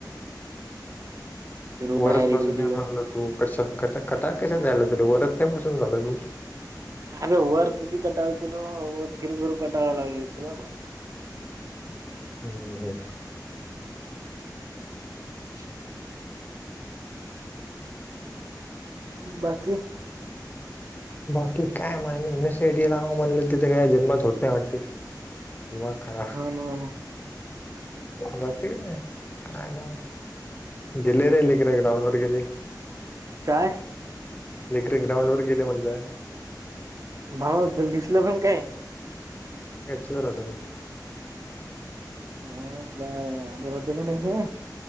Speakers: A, on the right; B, on the left.
A: फिरू
B: वरस
A: बाहेर इकडे
B: बसून
A: तिकडे
B: ये म्हणल तू. कश कटाळ कश जायला तु वरस त्या बसून झालं तू.
A: आरे वर किती कटाळ केलो. वर फिर फिरू कटाळ लागल लागलं होत ते.
B: हम्म हम्म.
A: <inaudible> बाकी?
B: बाकी काय मग मी M S C I T लावावं म्हणलं तित् काय जन्मात होत नाही वाटते. मग खरा
A: हम्म हम्म.
B: जातय काय, काय लाव? गेले रे लेकर ग्राउंड वर गेले.
A: चाय
B: लेकर एक डाऊनलोड केलं म्हणलं.
A: भा दिसलं पण काय?
B: ह्याच्या वर आलो मी.
A: मग बर बर, आदी होतय काय नाही हे?